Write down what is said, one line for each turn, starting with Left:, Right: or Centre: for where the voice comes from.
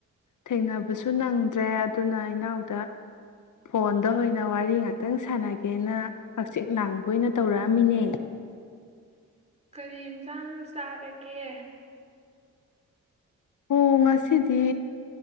Left: ꯊꯦꯡꯅꯕꯁꯨ ꯅꯪꯗ꯭ꯔꯦ ꯑꯗꯨꯅ ꯏꯅꯥꯎꯗ ꯐꯣꯟꯗ ꯑꯣꯏꯅ ꯋꯥꯔꯤ ꯉꯥꯛꯇꯪ ꯁꯥꯟꯅꯒꯦꯅ ꯍꯛꯆꯤ ꯂꯥꯡꯕ ꯑꯣꯏꯅ ꯇꯧꯔ ꯉꯃꯤꯅꯦ
Right: ꯀꯔꯤ ꯌꯦꯟꯁꯥꯡ ꯆꯥꯔꯒꯦ
Left: ꯑꯣ ꯉꯁꯤꯗꯤ